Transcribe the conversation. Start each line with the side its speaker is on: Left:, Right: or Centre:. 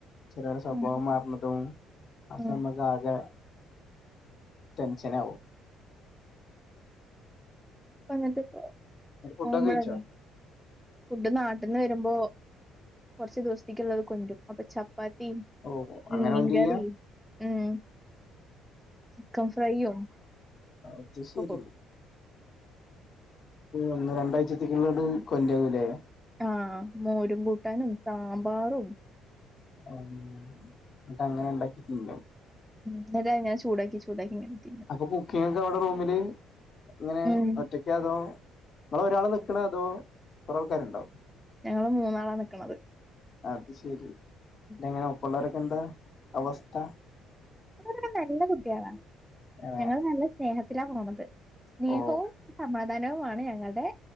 Left: ചിലരുടെ സ്വഭാവം
Centre: ഉം.
Left: മാറുന്നതും അപ്പം
Centre: ഉം.
Left: നമുക്ക് ആകെ ടെൻഷൻ ആവും
Centre: വന്നിട്ട് ഇപ്പോ
Left: ന്നിട്ട് ഫുഡൊക്കെ
Centre: പോവുമ്പഴ്
Left: കഴിച്ചോ
Centre: ഫുഡ് നാട്ടിൽന്ന് വരുമ്പോ കുറച്ച് ദിവസത്തേക്കുള്ളത് കൊണ്ടു വരും അപ്പോ ചപ്പാത്തിയും
Left: ഓ അങ്ങനെ
Centre: മീൻകറി
Left: മൈന്റ് ചെയ്യാ
Centre: ഉം ചിക്കൻ ഫ്രൈയും
Left: അത്
Centre: ഒക്കെ
Left: ശരി
Centre: കൊ
Left: ഒന്ന് രണ്ടാഴ്ചത്തേക്കുള്ളോണ്ട് <unintelligible>
Centre: ആഹ് മോരും കൂട്ടാനും സാമ്പാറും
Left: ഉം എന്നിട്ട് അങ്ങനെ ഉണ്ടാക്കി തിന്നോ
Centre: ഇല്ല ഞാൻ ചൂടാക്കി ചൂടാക്കി ഇങ്ങനെ തിന്നും.
Left: അപ്പൊ കുക്കിംഗ് ഒക്കെ അവിടെ റൂമില് എങ്ങനെ
Centre: ഉം.
Left: ഒറ്റക്ക്‌ അതോ നിങ്ങള് ഒരാള് നി അതോ കുറേ ആൾക്കാരുണ്ടാവും
Centre: ഞങ്ങള് മൂന്നാളാ നിക്കണത്
Left: അത് ശെരി പിന്നെ
Centre: ഉം.
Left: എങ്ങനെ ഒപ്പമുള്ളവരൊക്കെ എന്താ അവസ്ഥ
Centre: ഇവിടുള്ളൊര് നല്ല കുട്ടികളാണ്
Left: ഏ
Centre: ഞങ്ങള് നല്ല സ്നേഹത്തിലാ പോണത് സ്നേഹവും
Left: ഓ
Centre: സമാധാനവും ആണ് ഞങ്ങളുടെ